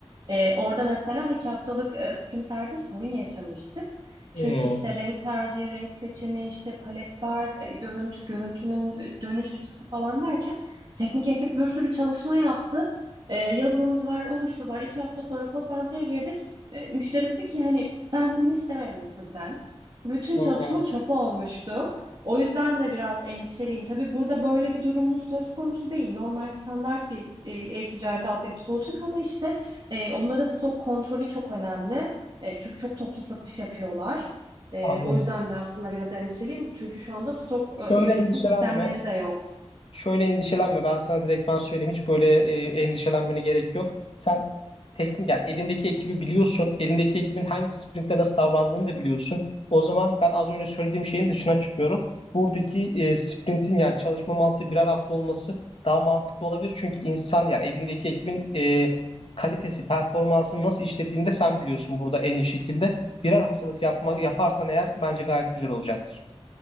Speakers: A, on the right; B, on the left.
A: E, orada mesela iki haftalık e, sprintlerde sorun yaşamıştık.
B: Hmm.
A: Çünkü işte renk tercihi, renk seçimi, işte paletler, e, görüntü, görüntünün e, dönüş açısı falan derken teknik ekip bir sürü çalışma yaptı. E, yazılımcılar oluştular. İki hafta sonra toplantıya girdik. E, müşteri dedi ki hani ben bunu istemedim sizden. Bütün
B: Hmm.
A: çalışma çöpe olmuştu. O yüzden de biraz endişeliyim. Tabii burada böyle bir durumumuz söz konusu değil. Normal standart bir e, e-ticaret altyapısı olacak ama işte e, onlara stok kontrolü çok önemli. E, çünkü çok toplu satış yapıyorlar. E,
B: Anladım.
A: o yüzden de aslında biraz endişeliyim. Çünkü şu anda stok
B: Şöyle
A: e, yönetim
B: endişelenme.
A: sistemleri de yok.
B: Şöyle endişelenme. Ben sana direkt ben söyleyeyim. Hiç böyle e, endişelenmene gerek yok. Sen teknik yani elindeki ekibi biliyorsun. Elindeki ekibin hangi sprintte nasıl davrandığını da biliyorsun. O zaman ben az önce söylediğim şeyin dışına çıkıyorum. Buradaki e, sprintin yani çalışma mantığı birer hafta olması daha mantıklı olabilir. Çünkü insan yani elindeki ekibin e, kalitesi, performansını nasıl işlettiğini de sen biliyorsun burada en iyi şekilde. Birer haftalık yapma, yaparsan eğer bence gayet güzel olacaktır.